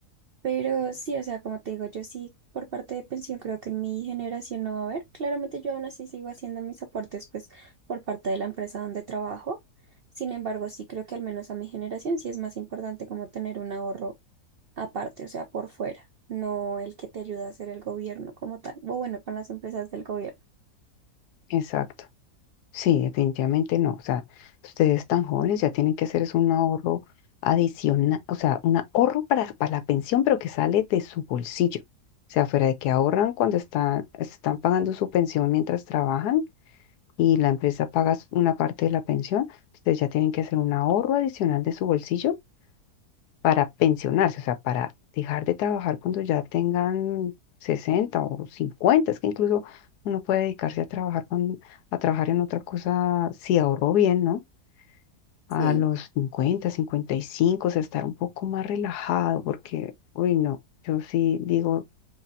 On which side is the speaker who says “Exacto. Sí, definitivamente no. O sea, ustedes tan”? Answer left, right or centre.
Left